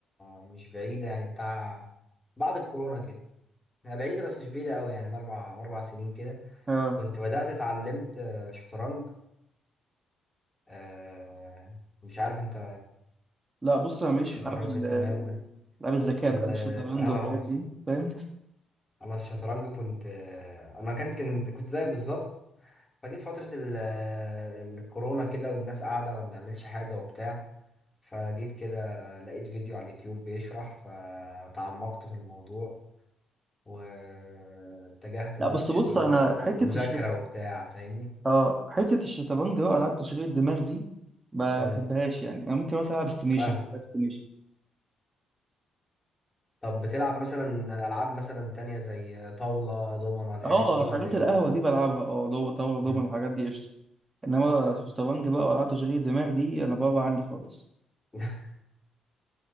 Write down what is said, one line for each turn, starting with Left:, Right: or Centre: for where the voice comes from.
Left: مش بعيده يعني بتاع بعد الكورونا كده هي بعيده بس مش بعيده قوي يعني من اربع اربع سنين كده
Right: اه
Left: كنت بدات اتعلمت آه، شطرنج آه مش عارف انت
Right: لا بص انا ماليش
Left: في الشطرنج
Right: في العاب ال-
Left: تمام و...
Right: العاب الذكاء
Left: ال...
Right: بقى والشطرنج
Left: اه
Right: والحاجات دي فاهم
Left: انا في الشطرنج كنت آه انا كنت كنت كنت زيك بالظبط فجيت فترة ال... آه، الكورونا كده والناس قاعدة ما بنعملش حاجة وبتاع فجيت كده لقيت فيديو على اليوتيوب بيشرح فتعمقت في الموضوع واتجهت بقى
Right: لا بس
Left: للشطرنج
Right: بص انا
Left: آه،
Right: حته
Left: مذاكرة
Right: الشط
Left: وبتاع فاهمني
Right: اه حته الشطرنج بقى العاب تشغيل الدماغ دي ما
Left: امم
Right: بحبهاش يعني انا ممكن مثلا العب استيميشن
Left: فاهم
Right: بلعب استيميشن
Left: طب بتلعب مثلا ألعاب مثلا تانية زي طاولة دومنة الحاجات
Right: اه
Left: دي
Right: حاجات
Left: ولا ايه
Right: القهوه
Left: الدنيا؟
Right: دي بلعبها اه دو طاوله
Left: مم.
Right: دومن والحاجات دي قشطه انما الشطرنج بقى والعاب تشغيل الدماغ دي انا بره عني خالص
Left: <laughs>